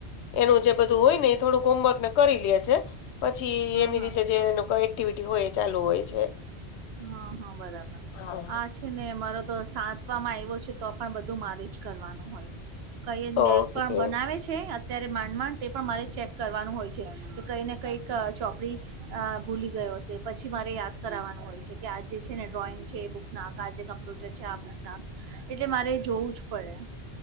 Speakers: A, on the left; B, on the right.
A: એનું જે બધું હોય ને એ થોડુંક હોમવર્ક ને કરી લે છે પછી
B: હા
A: એની
B: હા.
A: રીતે જે એક્ટિવિટી હોય ચાલુ હોય છે.
B: હા હા બરાબર
A: હા
B: આ છે ને મારો તો સાતવામાં આવ્યો છે તો પણ બધું મારે જ કરવાનું હોય. કઈ
A: ઓકે.
B: બેગ પણ બનાવે છે અત્યારે માંડ માંડ તે પણ મારે ચેક કરવાનું હોય છે. કે કઈ ને કઈક ચોપડી અ ભૂલી ગયો હશે પછી મારે યાદ કરાવાનું હોય છે કે આ જે છે ને ડ્રોઈંગ છે એ બુક ના આજે કમ્પ્યુટર છે આ બુક નાંક એટલે મારે જોવું જ પડે